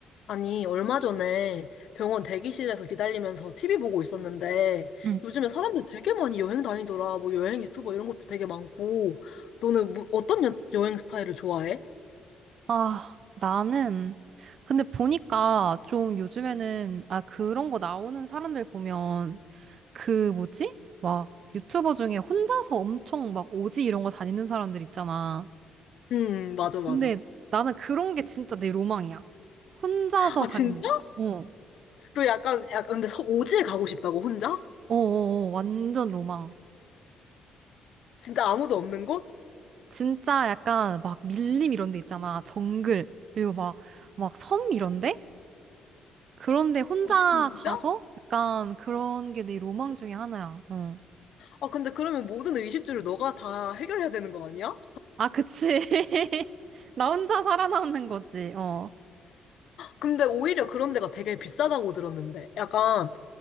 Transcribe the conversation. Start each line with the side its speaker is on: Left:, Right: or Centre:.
Left: 아니, 얼마 전에 병원 대기실에서 기다리면서 TV 보고 있었는데,
Right: 응.
Left: 요즘에 사람들 되게 많이 여행 다니더라. 뭐 여행 유튜버 이런 것도 되게 많고, 너는 뭐, 어떤 여, 여행 스타일을 좋아해?
Right: 아, 나는, 근데 보니까 좀 요즘에는, 아, 그런 거 나오는 사람들 보면, 그 뭐지? 막 유튜버 중에 혼자서 엄청 막 오지 이런 거 다니는 사람들 있잖아.
Left: 음, 맞아, 맞아.
Right: 근데 나는 그런 게 진짜 내 로망이야. 혼자서
Left: 아,
Right: 가리는
Left: 진짜?
Right: 거. 어,
Left: 너 약간, 약간, 근데 서, 오지에 가고 싶다고, 혼자?
Right: 어, 어, 어. 완전 로망.
Left: 진짜 아무도 없는 곳?
Right: 진짜 약간 막 밀림 이런 데 있잖아. 정글. 그리고 막, 막 섬 이런데? 그런데 혼자
Left: 아, 진짜?
Right: 가서 약간 그런 게 내 로망 중에 하나야. 어.
Left: 아, 근데 그러면 모든 의식주를 너가 다 해결해야 되는 거 아니야?
Right: 아, 그치. <laughs> 나 혼자 살아남는 거지. 어.
Left: 근데 오히려 그런 데가 되게 비싸다고 들었는데. 약간,